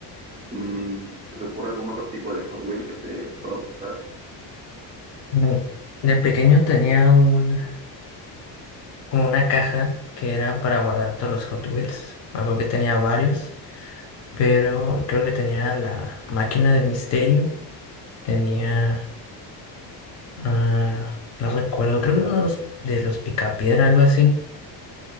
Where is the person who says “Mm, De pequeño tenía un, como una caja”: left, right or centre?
Left